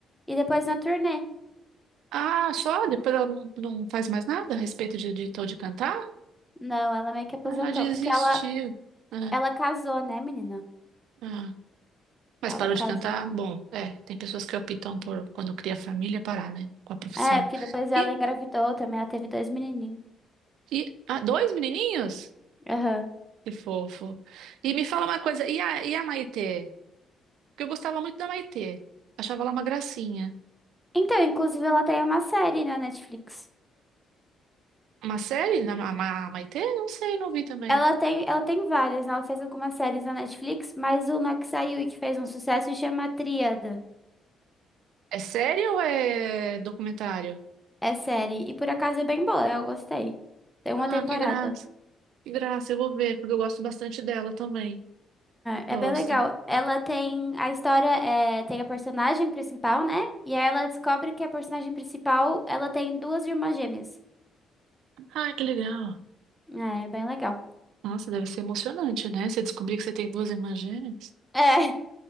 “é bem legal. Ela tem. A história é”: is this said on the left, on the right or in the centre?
Centre